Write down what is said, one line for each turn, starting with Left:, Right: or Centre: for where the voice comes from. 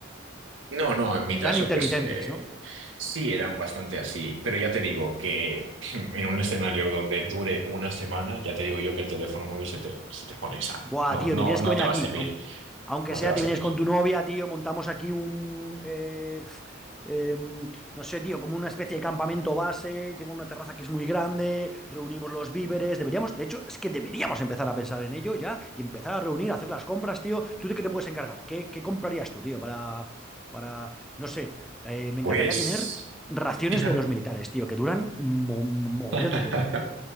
Right: No, no,
Centre: Fu-
Right: en mi
Centre: Eran
Right: caso,
Centre: intermitentes,
Right: pues eh,
Centre: ¿no?
Right: sí, eran bastante así, pero ya te digo que <clears throat> <laughs> en un escenario donde dure una semana, ya te digo yo que el teléfono móvil se te, se te pone esa.
Centre: Buah,
Right: No,
Centre: tío,
Right: no,
Centre: te tienes
Right: no
Centre: que venir
Right: te va
Centre: aquí.
Right: a servir,
Centre: Aun- Aunque,
Right: no
Centre: sea,
Right: te va
Centre: te
Right: a servir.
Centre: vienes con tu novia, tío. Montamos aquí un. eh, pf, em, no sé, tío, como una especie de campamento base. Tengo una terraza que es muy grande. Reunimos los víveres. Deberíamos, de hecho, es que deberíamos empezar a pensar en ello ya y empezar a reunir, a hacer las compras, tío. ¿Tú de qué te puedes encargar? ¿Qué, qué comprarías tú, tío? Para. Para. No sé. eh, me
Right: Pues,
Centre: encantaría tener raciones
Right: fíjate.
Centre: de los militares, tío, que duran mo- mogollón
Right: <laughs>
Centre: de tiempo.